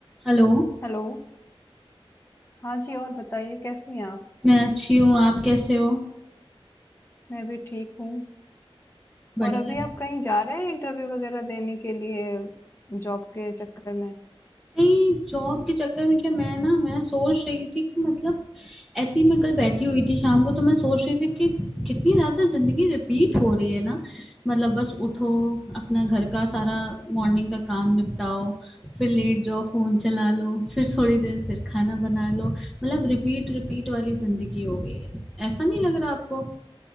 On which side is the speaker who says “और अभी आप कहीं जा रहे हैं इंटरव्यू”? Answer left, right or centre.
Left